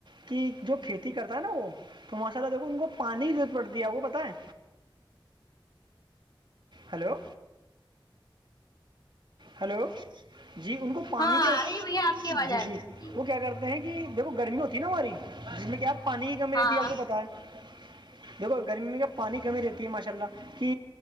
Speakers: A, on the right; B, on the left.
A: کی جو کھیتی کرتا ہے نا وہ تو ماشاء اللہ دیکھو ان کو پانی جو بڑتی ہے وہ پت ہے ہیلو ہیلو جی ان کو پانی
B: ہاں
A: کیا
B: آ رہی ہے بھیا آپ کی آواز
A: جی
B: آ رہی
A: جی
B: ہے
A: وہ کیا کرتے ہیں کہ دیکھو گرمی ہوتی ہے نا ہماری جس میں کیا آپ پانی کی کمی رہتی
B: ہاں
A: ہے آپ کو پتا ہے دیکھو گرمی میں کیا پانی کمی رہتی ہے ماشاء اللہ کہ